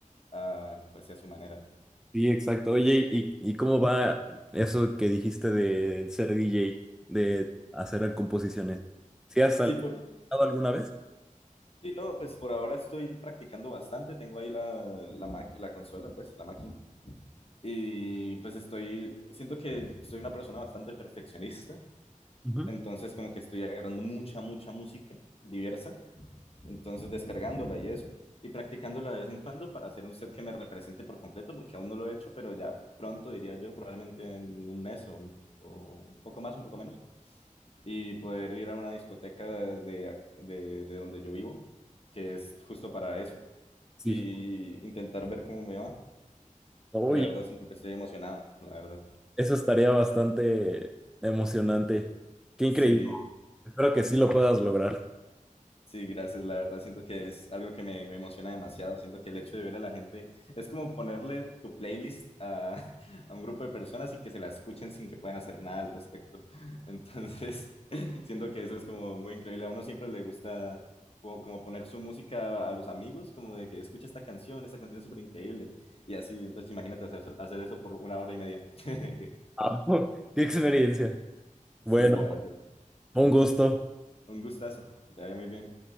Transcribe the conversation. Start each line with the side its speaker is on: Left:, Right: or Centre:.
Left: ah, pues, y a su manera.
Centre: sí, exacto. Oye, ¿y, y cómo va eso que dijiste de ser DJ, de hacer composiciones? ¿Sí has sal-
Left: Sí, por,
Centre: tocado alguna vez?
Left: Sí, no, pues por ahora estoy practicando bastante. Tengo ahí la, la, maqui- la consola, pues, la máquina. Y pues estoy, siento que soy una persona bastante perfeccionista.
Centre: Ujú.
Left: Entonces, como que estoy agarrando mucha, mucha música diversa. Entonces, descargándola y eso. Y practicándola de vez en cuando para hacer un set que me represente por completo, porque aún no lo he hecho, pero ya pronto, diría yo, probablemente en un mes o, o un poco más, un poco menos. Y poder ir a una discoteca de, de de donde yo vivo, que es justo para eso
Centre: Sí.
Left: y intentar ver cómo me va.
Centre: Oye,
Left: La verdad, siento que estoy emocionado, la verdad.
Centre: eso estaría bastante emocionante. Qué increíble.
Left: Sí,
Centre: Espero que sí lo puedas lograr.
Left: sí, gracias. La verdad, siento que es algo que me, me emociona demasiado. Siento que el hecho de ver a la gente es como ponerle tu playlist a, <laughs> a un grupo de personas y que se la escuchen sin que puedan hacer nada al respecto. Entonces, <laughs> siento que eso es como muy increíble. A uno siempre le gusta po- como poner su música a los amigos, como de que escucha esta canción, esta canción es súper increíble. Y así, entonces imagínate hacer, hacer eso por una hora y media. <laughs>
Centre: Ah, <laughs> Qué experiencia. Bueno,
Left: Sí, la verdad.
Centre: un gusto.
Left: Un gustazo. Que te vaya muy bien.